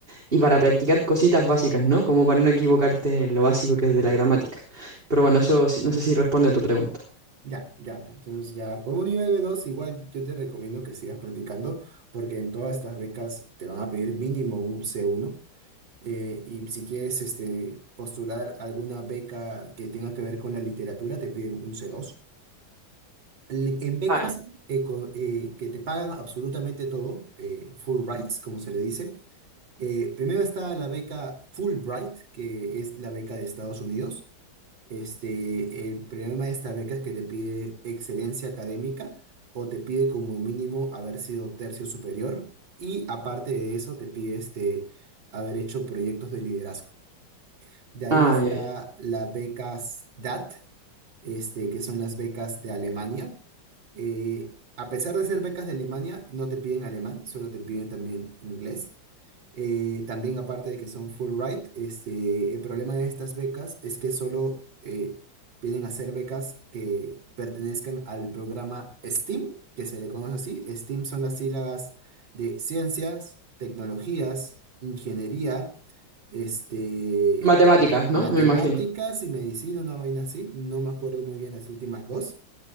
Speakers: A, on the right; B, on the right.
A: y para practicar cositas básicas, ¿no? Como para no equivocarte en lo básico que es de la gramática. Pero bueno, eso sí- no sé si responde a tu pregunta.
B: Ya, ya, entonces ya con un nivel b dos, igual yo te recomiendo que sigas practicando porque en todas estas becas te van a pedir mínimo un c uno. Eh, y si quieres este, postular alguna beca que tenga que ver con la literatura, te piden un c dos Li- En becas
A: Ay,
B: eco- eh, que te pagan absolutamente todo, eh, Fulbrights, como se le dice. eh, primero está la beca Fulbright, que es la beca de Estados Unidos. Este, el problema de esta beca es que te pide excelencia académica o te pide como mínimo haber sido tercio superior y aparte de eso te pide este, haber hecho proyectos de liderazgo. De ahí
A: ay,
B: está
A: ay.
B: las becas DAT, este, que son las becas de Alemania. Eh, a pesar de ser becas de Alemania, no te piden alemán, solo te piden también inglés. Eh, también aparte de que son Fulbright, este, el problema de estas becas es que solo eh, vienen a ser becas que pertenezcan al programa STEAM, que se le conoce así. STEAM son las sílabas de ciencias, tecnologías, ingeniería, este,
A: Matemáticas,
B: matemáticas
A: ¿no? Me imagino.
B: y medicina, una vaina así. No me acuerdo muy bien las últimas dos.